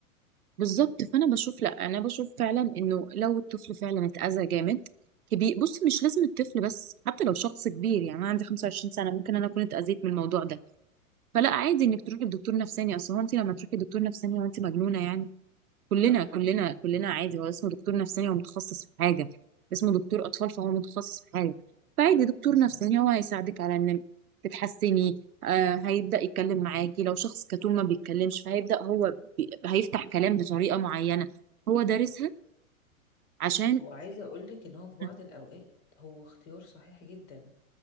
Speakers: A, on the right; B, on the left.
A: بالظبط فأنا بشوف لأ أنا بشوف فعلا إنه لو الطفل فعلا اتأذى جامد كبير بص مش لازم الطفل بس حتى لو شخص كبير يعني أنا عندي 25 سنة ممكن أنا أكون اتأذيت من الموضوع ده فلا عادي
B: مم.
A: إنك تروحي لدكتور نفساني أصل هو أنت لما تروحي لدكتور نفساني هو أنت مجنونة يعني كلنا
B: صح
A: كلنا كلنا عادي هو اسمه دكتور نفساني هو متخصص في حاجة اسمه دكتور أطفال فهو متخصص في حاجة فعادي دكتور
B: مظبوط
A: نفساني هو هيساعدك على إن تتحسني آه هيبدأ يتكلم معاكي لو شخص كتوم ما بيتكلمش فهيبدأ هو بي... هيفتح كلام بطريقة معينة هو دارسها
B: مم.
A: عشان
B: وعايزة أقولك إن هو في بعض
A: آه،
B: الأوقات هو اختيار صحيح جدا